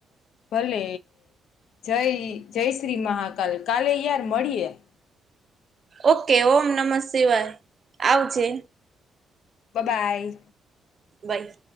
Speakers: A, on the left; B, on the right.
A: ભલે.. જય.. જય શ્રી મહાકાલ. કાલે યાર મળીયે.
B: ઓકે. ઓમ્ નમઃ શિવાય. આવજે.
A: બબાય.
B: બાય.